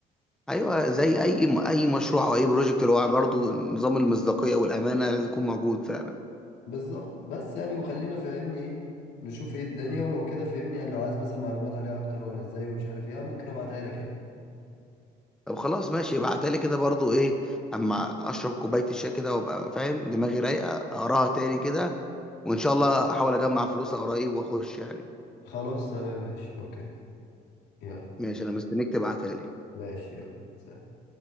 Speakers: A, in the centre; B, on the left.
A: ايوه زي اي اي مشروع او اي بروجكت اللي هو برضه نظام المصداقيه والامانه لازم يكون موجود فعلا
B: بالظبط بس يعني وخلينا فاهمني ايه نشوف ايه الدنيا ولو كده فاهمني يعني لو عايز مثلا معلومات عليها اكتر ولا ازاي ومش عارف ايه ممكن ابعتها لك يعني
A: طب خلاص ماشي ابعتلي كده برضه ايه اما اشرب كوبايه الشاي كده وابقى فاهم دماغي رايقه اقراها تاني كده وان شاء الله احاول اجمع فلوسها قريب واخش يعني
B: خلاص تمام ماشي اوكي يلا
A: ماشي انا مستنيك تبعتها لي
B: ماشي يلا سلام